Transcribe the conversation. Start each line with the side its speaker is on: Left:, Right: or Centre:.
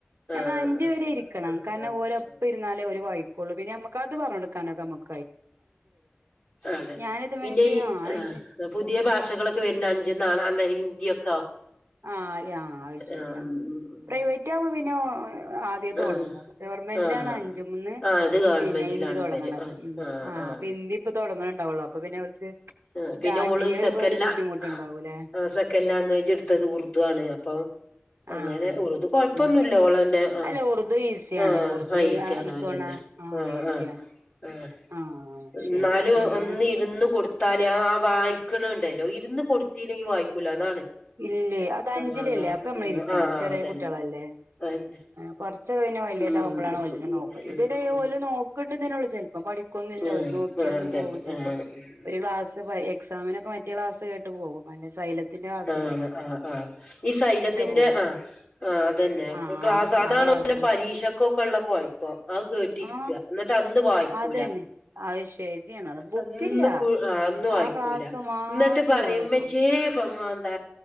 Left: ആ
Right: ഞമ്മൾ
Left: ആ
Right: അഞ്ചു
Left: ആ
Right: വരെ ഇരിക്കണം കാരണം
Left: ആ
Right: ഓരപ്പ
Left: ആ
Right: ഇരുന്നാലേ ഒരു വായിക്ക കൊള്ളു പിന്നെ നമുക്ക് അത് പറഞ്ഞോടുക്കാനോക്കെ ഞമ്മക്
Left: അതെ
Right: ഞാനിതുവരക്ക്
Left: പിന്നെ ഈ
Right: ആഹ് അഞ്ച്
Left: ആ പുതിയ ഭാഷകളൊക്കെ വരുന്ന അഞ്ച്ന്നാ അഹ് ഹിന്ദി ഒക്കെ
Right: ആ ആ അത് ശരിയാണ്
Left: ആഹ്
Right: പ്രൈവറ്റ് ആവുമ്പോ പിന്നെ ആദ്യ തുടങ്ങും
Left: ആഹ്
Right: ഗവർമെന്റിലാണ്
Left: ആഹ്
Right: അഞ്ചു മ്മന്ന്
Left: ആഹ് ഇത് ഗവൺമെന്റിലാണ്
Right: പിന്നെ ഹിന്ദി തുടങ്ണത്
Left: ഇവര് ആഹ്
Right: ഉം
Left: ആഹ്
Right: ആ
Left: ആഹ്
Right: അപ്പൊ ഹിന്ദി ഇപ്പൊ തുടങ്ങൾണ്ടാവുള്ളോ അപ്പൊ പിന്നെ ഓൽക്ക്
Left: ഏഹ്
Right: സ്റ്റാർട്ടിങ്ങില്
Left: പിന്നെ ഓള് സെക്കന്റ്
Right: ഒരു
Left: ലാ
Right: ബുദ്ധിമുട്ടുണ്ടാവൂലേ
Left: ആ സെക്കന്റ് ലാംഗ്വേജ് എടുത്തത് ഉറുദു ആണ് ഉറുദുണ് അപ്പൊ അങ്ങനെ
Right: ആഹ്
Left: ഉറുദു കൊഴപ്പൊന്നുമല്ല
Right: ഉം
Left: ഓളന്നെങ്ങനെ ആ
Right: അല്ല ഉറുദു ഈസിയാണ്
Left: ആഹ്
Right: ഉറുദു
Left: ആ ഈസിയാണ്
Right: എനിക്ക്
Left: അതന്നെ
Right: തോന്നണ ആ
Left: ആഹ
Right: ഈസിയാണ്
Left: ആഹ ആ ഇ
Right: ആ ശരി
Left: ന്നാലും
Right: പിന്നെ
Left: ഒന്ന് ഇരുന്ന് കൊടുത്താലേ ആ വായിക്കണണ്ട് ണ്ടല്ലോ ഇരുന്ന് കൊടുത്തില്ലെങ്കി വായിക്കൂല അതാണ്
Right: ഇ ല്ലേയ് അത് അഞ്ചിലല്ലേ
Left: ആഹ് അതാണ്
Right: അപ്പൊ നമ്മൾ ഇരിക്കണം
Left: ആഹ് ആഹ്
Right: ചെറിയ
Left: അതന്നെ
Right: കുട്ടിയെള്ളല്ലേ
Left: അതന്നെ
Right: കുറച്ച് കുറച്ചു കഴിഞ്ഞു വലിയതാവുമ്പോഴാണ്ഓലിനെ
Left: ഉം ഉം ഉം
Right: നോക്കൽ ഇതൊരു
Left: ഉം ഉം
Right: ഓൽ നോക്ക്ണ്ട് നന്നോള്ളൂ ചിലപ്പോ പണിക്കൊന്നും ല്ല
Left: ആഹ്
Right: ഓൽ നോക്കി
Left: ആഹ്
Right: ന്നെ
Left: തന്നെ
Right: പോകും ചിലപ്പോ
Left: ആഹ്
Right: ഒരു ഗ്ലാസ്സ് എക്സാമിനോക്കെ മറ്റേ ക്ലാസ് കേട്ട് പോകും അല്ലെങ്കി സൈലത്തിന്റെ ക്ലാസ്സ്‌
Left: ആ ആ ആ ഈ സൈലയത്തിന്റെ
Right: പോവാ
Left: ആ് ആ അതന്നെ
Right: ആ
Left: ക്ലാസ്സാണ്
Right: ആ
Left: അതാണൊലെ
Right: ക്ലാസ്
Left: പരീക്ഷന്റെ ഓൾക്കൊക്കെ ഉള്ള കുഴപ്പം അത് കേട്ടിരിക്കുക
Right: ആ
Left: എന്നിട്ട് അന്ന് വായിക്കൂല
Right: അതന്നെ അത് ശരിയാണ് അത് ബുക്കില്ല
Left: അന്ന് അന്നും വായിക്കൂല
Right: ആ ക്ലാസ് മാത്രേ
Left: ന്നിട്ട് പറയും
Right: ഉള്ളൂ
Left: ഇമ്മച്ചിയെ
Right: ഇപ്പൊ
Left: എന്താ